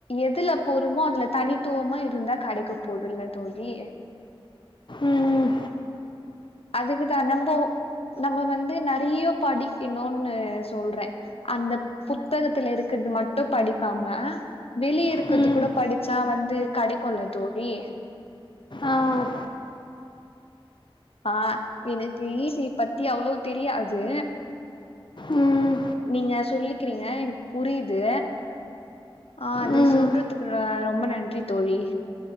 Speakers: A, on the left (about 85°); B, on the left (about 55°).
A: எதுல பொறுமோ அதுல தனித்துவமா இருந்தா கடைக்கப் போதுல்ல தோழி
B: ம் ம்
A: அதுக்குதா நம்ப நம்ம வந்து நெறைய படிக்கணுன்னு சொ ல்றே அந்த புத்தகத்துல இருக்றது மட்டு படிக்காம வெளிய இருக்கது
B: ம்
A: கூட படிச்சா வந்து கெடைக்குல்ல தோழி
B: ஆ
A: ஆ எனக்கு ஈ ஸி ஈ பத்தி அவ்ளோ தெரியாது
B: ம்
A: நீங்க சொல்லிக்கிறீங்க எனக்கு புரியுது ஆ அது
B: ம்
A: சொல்றதுக்கு ர ரொம்ப நன்றி தோழி